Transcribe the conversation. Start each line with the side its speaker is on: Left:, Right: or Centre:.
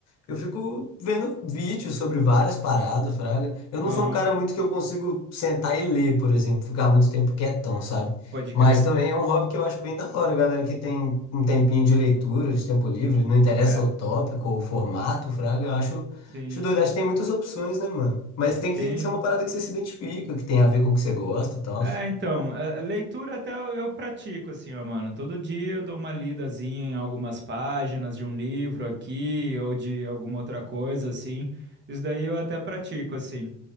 Left: eu fico vendo vídeos sobre várias paradas, fraga. Eu não
Right: Aham.
Left: sou um cara muito que eu consigo sentar e ler, por exemplo, ficar muito tempo quietão, sabe?
Right: Pode
Left: Mas
Right: crer.
Left: também é um hobby que eu acho bem da hora, galera que tem um tempinho de leitura, de tempo livre, não interessa
Right: É.
Left: o tópico ou o formato, fraga, eu acho,
Right: Sim.
Left: acho doido. Acho que tem muitas opções, né, mano? Mas tem
Right: Sim.
Left: que ser uma parada que você se identifica, que tem a ver com o que você gosta e tal.
Right: É, então, a- a leitura até eu eu pratico, assim, ó, mano. Todo dia eu dou uma lidazinha em algumas páginas de um livro aqui ou de alguma outra coisa, assim. Isso daí eu até pratico, assim.